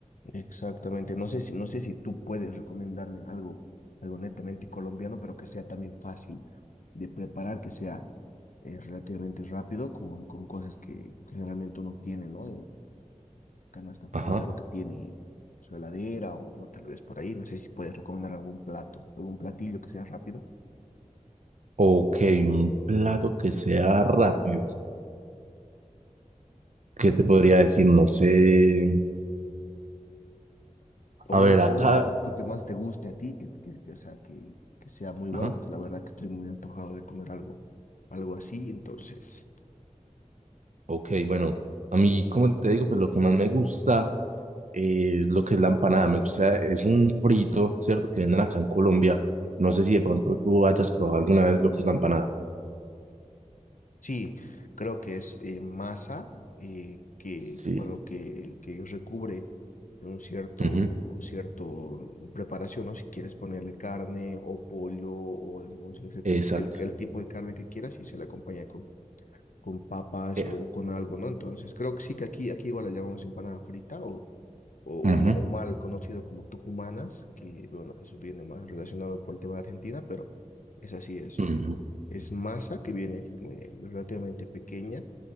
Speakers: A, on the left; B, on the right.
A: Exactamente. No sé si, no sé si tú puedes recomendarme algo, algo netamente colombiano, pero que sea también fácil de preparar, que sea eh, relativamente rápido con, con cosas que generalmente uno tiene, ¿no? canasta familiar
B: Ajá.
A: o que tiene su heladera o, o tal vez por ahí. No sé si puedes recomendar algún plato, algún platillo que sea rápido.
B: Ok, un plato que sea rápido. ¿Qué te podría decir? No sé.
A: O
B: A ver,
A: uno, o
B: acá.
A: uno, o uno que más te guste a ti, que, que, que, o sea, que, que sea muy bueno,
B: Ajá.
A: porque la verdad que estoy muy antojado de comer algo, algo así. Entonces,
B: Ok, bueno, a mí, como te digo, pues lo que más me gusta eh, es lo que es la empanada. Me gusta, es un frito, ¿cierto? Que venden acá en Colombia. No sé si de pronto tú hayas probado alguna vez lo que es la empanada.
A: Sí, creo que es eh, masa eh, que,
B: Sí,
A: bueno, que, que recubre un cierto,
B: ujú,
A: cierto preparación, ¿no? Si quieres ponerle carne o pollo o el, o sea,
B: Exacto.
A: el- el- el tipo de carne que quieras y se le acompaña con, con papas
B: Eh,
A: o con algo, ¿no? Entonces creo que sí que aquí, aquí igual la llamamos empanada frita o, o,
B: Ujú.
A: o mo- o mal conocido como tucumanas, que bueno, eso viene más relacionado por el tema de Argentina, pero es así, es,
B: ujú,
A: un- es masa que viene eh, relativamente pequeña